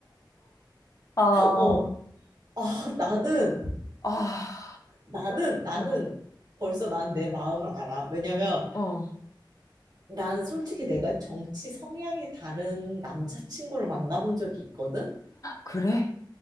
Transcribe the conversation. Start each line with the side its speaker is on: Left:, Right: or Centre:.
Left: 아,
Right: 어, 아, 나는,
Left: 아,
Right: 나는, 나는
Left: 어,
Right: 벌써 난 내 마음을 알아. 왜냐면
Left: 어.
Right: 나는 솔직히 내가 정치 성향이 다른 남자친구를 만나본 적이 있거든?
Left: 그래?